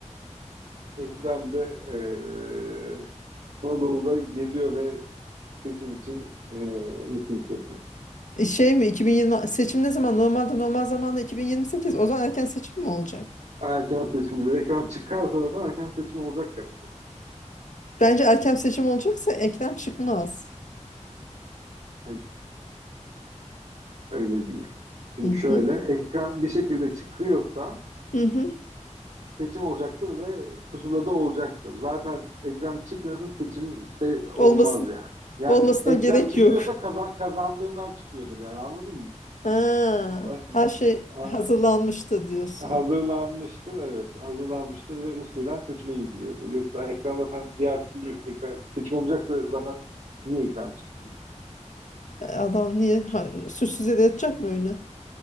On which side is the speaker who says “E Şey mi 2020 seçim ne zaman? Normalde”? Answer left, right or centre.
Left